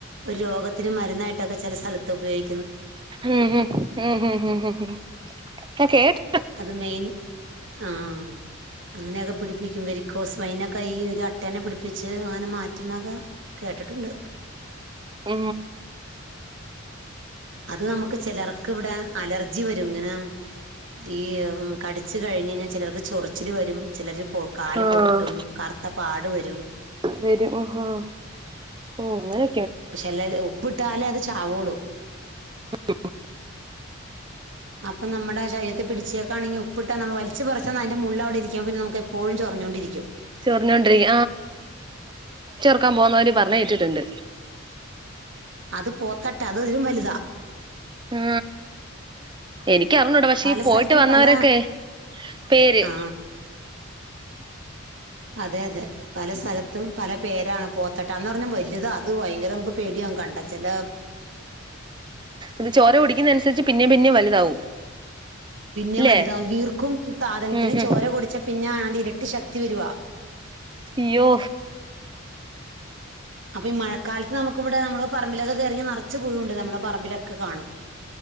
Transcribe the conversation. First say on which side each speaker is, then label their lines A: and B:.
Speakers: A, on the right; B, on the right.
A: ഒരു രോഗത്തിന് മരുന്നായിട്ടൊക്കെ ചെല സ്ഥലത്ത് ഉപയോയ്
B: ഹും ഹും ഹും ഹും ഹും ഹും ഹും <unintelligible>
A: അത് മെയ്ൻ ആ അങ്ങനെയൊക്കെ പിടിപ്പിക്കും വെരിക്കോസ് വൈനൊക്കെ ഈ- അട്ടേനെ പിടിപ്പിച്ച് അങ്ങനെ മാറ്റുന്നൊക്കെ കേട്ടിട്ടുണ്ട്.
B: ആ
A: അത് നമുക്ക് ചെലർ- ക്കിവിടെ അലർജി വരും ങ്ങനെ ഈ കടിച്ച് കഴിഞ്ഞ്ഞ്ഞാ ചേലോർക്ക് ചൊറിച്ചില് വരും ചെലര് പൊ കാല്
B: ആഹ്
A: പൊട്ടും കറുത്ത പാടു വരും
B: വരും ഉഹും ഓ അങ്ങനെ
A: പക്ഷെ അല്ലത് ഉപ്പിട്ടാലേ അത് ചാവോളൂ
B: <unintelligible>
A: അപ്പ നമ്മടെ ശരീരത്ത് പിടിച്ചേക്കാണെങ്ങി ഉപ്പിട്ടാ നമ്മ വലിച്ച് പറിച്ചന്നാ അതിന്റെ മുള്ള് അവിടെ ഇരിക്കും പിന്നെ നമുക്ക് എപ്പോഴും ചൊറിഞ്ഞോണ്ടിരിക്കും.
B: ചൊറിഞ്ഞോണ്ടിരിക്ക ക്കാൻ പോന്നവര് പറഞ്ഞ് കേട്ടിട്ട്ണ്ട്
A: അത് പോത്തട്ട, അതിതിലും വലുതാ.
B: ആ എനിക്കറിഞ്ഞൂട പക്ഷേ
A: പല
B: ഈ പോയിട്ട്
A: സ്ഥലത്തും
B: വന്നവരൊക്കെ,
A: പല
B: പേര്
A: ആ അതെയതെ പല സ്ഥലത്തും പല പേരാണ് പോത്തട്ടാന്ന് പറഞ്ഞാൽ വലുതാ അത് ഭയങ്കര നമുക്ക് പേടിയാകും കണ്ടാ ചെല
B: ഇത് ചോര കുടിക്കുന്ന അനുസരിച്ച് പിന്നേം പിന്നേം വലുതാവും
A: പിന്നെ
B: ല്ലേ
A: വലുതാവും വീർക്കും സാധനത്തിന്
B: ഉം ഹും
A: ചോര കുടിച്ചാ പിന്നെ അതിന്റെ ഇരട്ടി ശക്തി വരുവാ.
B: യ്യോ
A: അപ്പ ഈ മഴക്കാലത്ത് നമുക്ക് ഇവിടെ നമ്മള്- പറമ്പിലൊക്കെ കേറിങ്കി നറച്ച് പുഴുണ്ട് നമ്മുടെ പറമ്പിലൊക്കെ കാണും.